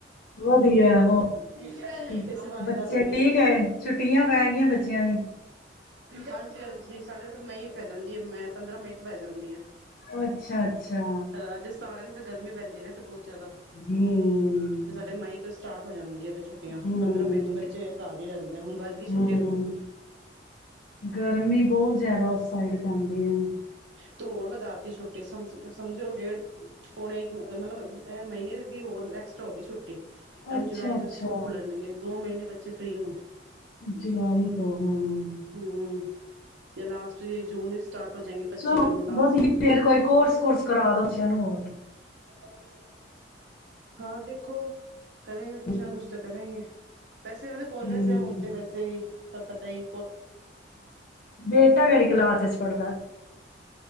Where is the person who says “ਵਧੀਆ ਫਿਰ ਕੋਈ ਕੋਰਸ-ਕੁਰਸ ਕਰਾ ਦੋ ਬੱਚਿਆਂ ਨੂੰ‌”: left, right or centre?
Left